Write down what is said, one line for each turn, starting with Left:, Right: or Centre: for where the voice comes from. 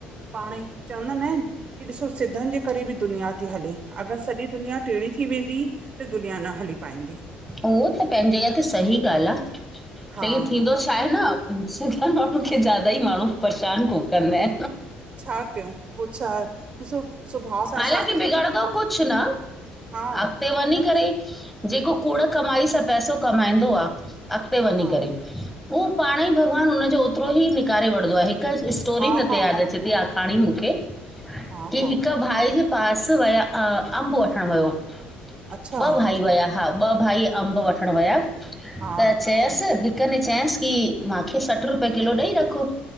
Right: पाण ई चवंदा आहिन की ॾिसो सिधन जे करे बि दुनिया। हले अगर सॼी दुनिया टीणी थी वेंदी त दुनिया न हली पाईंदी।
Centre: उहो त पंहिंजी जॻह ते सही ॻाल्ह आ
Right: हा
Centre: लेकिन थींदो। छा आहे न स माण्हू खे ज्यादा ई माण्हू। परेशान कुक न
Right: छा कयूं पोइ छा ॾिसो सुभाउ सां
Centre: हालाकी
Right: असां
Centre: बिगड़ंदो। कुझ न
Right: हा
Centre: अॻिते वञी
Right: पत
Centre: करे। जेको कूड़ कमाई सां पैसो कमाईंदो आहे अॻते वञी
Right: हा
Centre: करे। उहो पाणे ई भॻवानु हुनजो ओतिरो ई निकारे वठंदो आहे हिकु स्टोरी
Right: हा
Centre: न
Right: हा
Centre: ते यादि अचे थी आख़िर। हाणी मूंखे की।
Right: हा हा
Centre: ॿ भाई जे पास विया अमब वठण वियो ॿ
Right: अच्छा
Centre: भाई विया। हा ॿ भाई अमब वठणु विया
Right: हा
Centre: त चयस -- हिक न चयाांस की मूंखे सठि रुपये किलो ॾेई रखो।